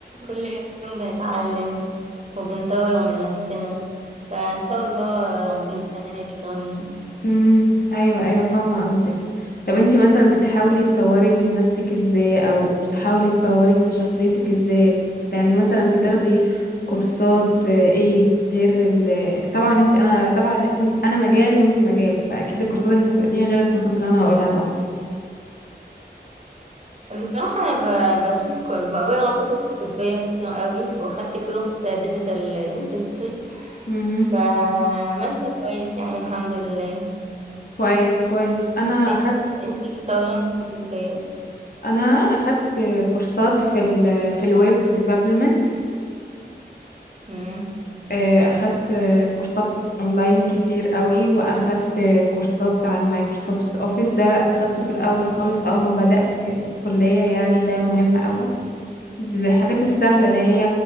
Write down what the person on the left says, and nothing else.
امم ايوه ايوه فاهمه قصدك طب انت مثلا بتحاولي تطوري من نفسك ازاي او تحاولي تطوري من شخصيتك ازاي يعني مثلا بتاخدي كورسات آه، ايه غير ال طبعا انت انا طبعا إن- انا مجال وانت مجال فاكيد الكورسات اللي انت هتقوليها غير الكورسات اللي انا هقولها طبعا
امم
كويس كويس انا
اخدت
انا اخدت كورسات في ال في الويب ديفلوبمنت
آه، اخدت آه، كورسات اونلاين كتير قوي واخدت آه، كورسات عن مايكروسوفت اوفيس ده اخدته في الاول خالص اول ما بدأت آه، كلية يعني ده مهم قوي دي الحاجات السهلة اللي هي